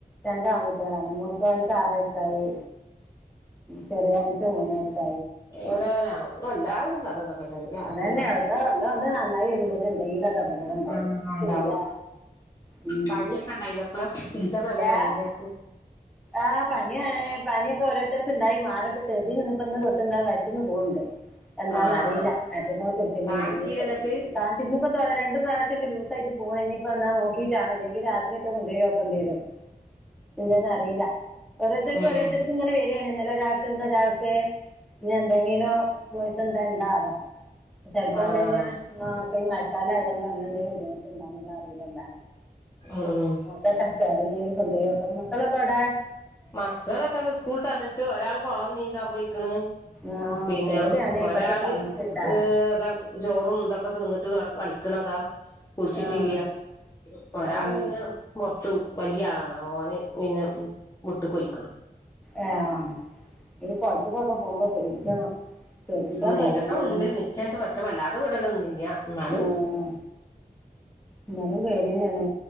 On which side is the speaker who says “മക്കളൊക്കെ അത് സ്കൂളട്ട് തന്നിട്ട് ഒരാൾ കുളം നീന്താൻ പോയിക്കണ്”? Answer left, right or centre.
Left